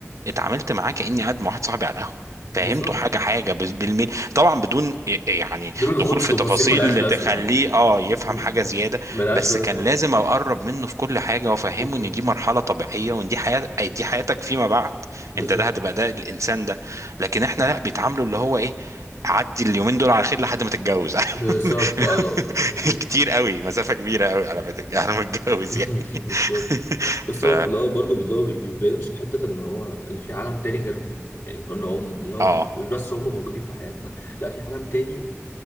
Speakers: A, on the right; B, on the left.
A: اتعاملت معاه كاني قاعد مع واحد صاحبي على القهوه فهمته
B: بالظبط
A: حاجه حاجه بال- بالملي طبعا بدون يعني
B: دول الخوض
A: دخول
B: في
A: في
B: تفاصيل
A: تفاصيل
B: ملهاش لازمه
A: تخليه اه يفهم
B: م.
A: حاجه زياده
B: ملهاش
A: بس
B: لازمه
A: كان لازم
B: اه
A: اقرب منه في كل حاجه وافهمه
B: بالظبط
A: ان دي مرحله طبيعيه وان دي حياه دي حياتك فيما بعد
B: بالظبط
A: انت ده هتبقى ده الانسان ده لكن احنا لا بيتعاملوا اللي هو ايه عدي اليومين دول على خير لحد ما تتجوز
B: بالظبط اه
A: <laughs>
B: بالظبط
A: كتير قوي مسافه كبيره قوي على ما تتج- على
B: مم.
A: ما تتجوز
B: <laughs>
A: يعني
B: بالظبط
A: <laughs>
B: بس
A: ف
B: الوقت اللي هو برضه اللي هو بيبينش حتة إن هو إن في عالم تاني غيرهم يعني إن هم إنهم
A: اه
B: مش مش بس هم موجودين في حياتنا لا في عالم تاني